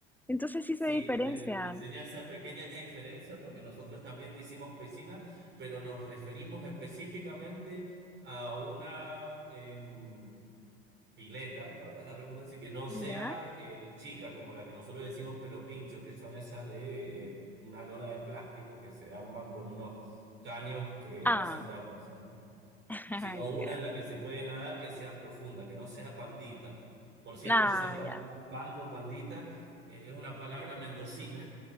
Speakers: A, in the centre; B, on the right.
A: entonces sí
B: Sí,
A: se diferencian.
B: te, te enseñé esa pequeña diferencia porque nosotros también decimos piscina, pero nos referimos específicamente a una em, pileta, valga la redundancia, que no sea
A: Mira.
B: eh, chica como la que nosotros decimos pelo pincho, que son esas de eh, una lona de plástico que se arman con unos caños que
A: Ah,
B: hacen de armazón,
A: <laughs>
B: sino una
A: ya.
B: en la que se puede nadar que sea profunda, que no sea pandita. Por cierto,
A: Nah,
B: esa palabra
A: ya.
B: pando, pandita, eh, es una palabra mendocina.